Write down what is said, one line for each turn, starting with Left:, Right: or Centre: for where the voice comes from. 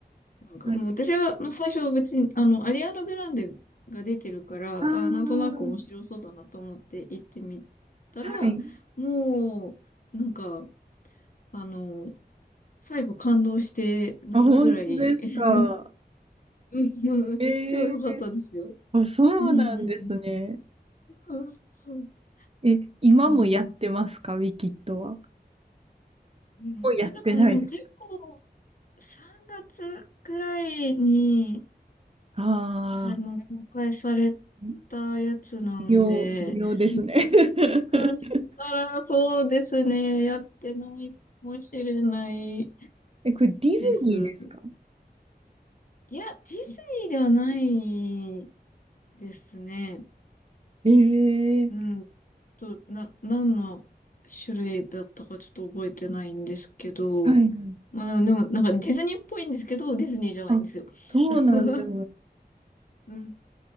Left: なんかもう私はまあ最初は別に、
Right: はい。
Left: あの、アリアーナ・グランデが出てるから、
Right: ああ、
Left: あー、なんとなく面白そうだなと思って行ってみたら、
Right: はい。
Left: もう、なんか、あの、最後感動して泣くぐらい、
Right: あ、本当ですか。
Left: <laughs> うん超良かったですよ。
Right: ええあ、そうなんですね。
Left: うんうんうん。そうそう
Right: え、
Left: そう、
Right: 今もやってますか、ウィキッドは。
Left: やってんのかな、
Right: もうやってないです。
Left: でも結構、3月くらいに、
Right: ああ、
Left: はあの、公開され
Right: 微
Left: たやつなので、
Right: 妙、微妙ですね。<laughs>
Left: もしかしたらそうですね、やってないかもしれない
Right: え、これディズニーですか
Left: です。いや、ディズニーではないですね。
Right: ええ
Left: うん、と、な、何の種類だったかちょっと覚えてないんですけど、
Right: はいはい。
Left: まあでも、なんかディズニーっぽいんですけど、ディズニーじゃないんですよ。
Right: あ、そうなんだ。
Left: <laughs> うん。<laughs>